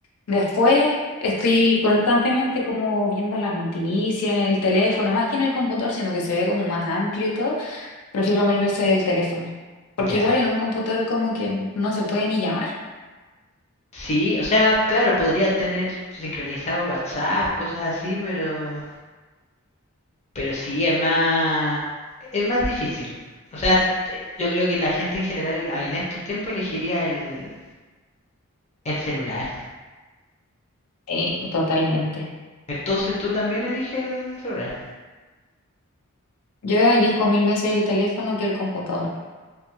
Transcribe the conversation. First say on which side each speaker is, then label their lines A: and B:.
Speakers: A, on the left; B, on the left.
A: Después estoy constantemente como viendo las noticias, en el teléfono, más que en el computador, sino que se ve como más amplio y todo, prefiero mil veces el teléfono. Porque
B: ya.
A: igual en un computador como que no se puede ni llamar.
B: Sí, o sea, claro, podría tener sincronizado WhatsApp, cosas así, pero pero sí es más es más difícil. O sea, eh, yo creo que la gente en general el- en estos tiempos elegiría el, el celular.
A: Eh, totalmente.
B: Entonces tú también eliges el celular.
A: Yo elijo mil veces el teléfono que el computador.